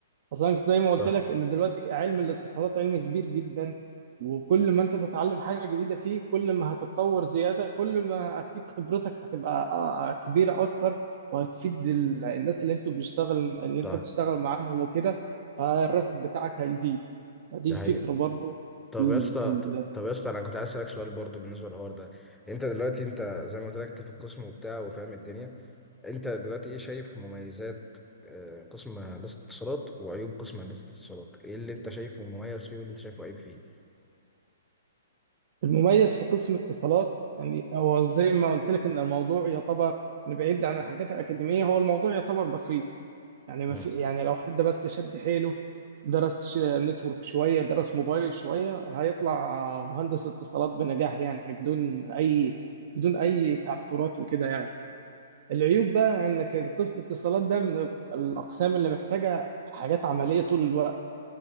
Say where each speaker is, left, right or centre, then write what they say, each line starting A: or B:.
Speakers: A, on the right; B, in the centre.
A: اصلا كنت زي ما قلت
B: صح
A: لك ان دلوقتي علم الاتصالات علم كبير جدا وكل ما انت تتعلم حاجه جديده فيه كل ما هتتطور زياده كل ما اكيد خبرتك هتبقى آه، آه، كبيره اكتر وهتفيد ال- الناس اللي انتوا بيشتغل اللي انت
B: صح
A: بتشتغل معاهم وكده فالراتب بتاعك هيزيد فدي
B: ده
A: الفكره
B: حقيقي
A: برضو
B: طب
A: ال-
B: يا اسطى
A: في ال-
B: طب يا اسطى انا كنت عايز اسالك سؤال برضو بالنسبه للحوار ده انت دلوقتي انت زي ما قلت لك انت في القسم وبتاع وفاهم الدنيا انت دلوقتي ايه شايف مميزات آه، قسم هندسة اتصالات وعيوب قسم هندسة اتصالات ايه اللي انت شايفه مميز فيه واللي انت شايفه عيب فيه
A: المميز في قسم اتصالات يعني هو زي ما قلت لك ان الموضوع يعتبر يعني بعيد عن الحاجات الاكاديميه هو الموضوع يعتبر بسيط يعني ما
B: مم.
A: في يعني لو حد بس شد حيله درس ش- نتورك شوية درس موبايل شوية هيطلع مهندس اتصالات بنجاح يعني بدون أي بدون أي تعثرات وكده يعني العيوب بقى إنك قسم الاتصالات ده من الأقسام اللي محتاجة حاجات عملية طول الوقت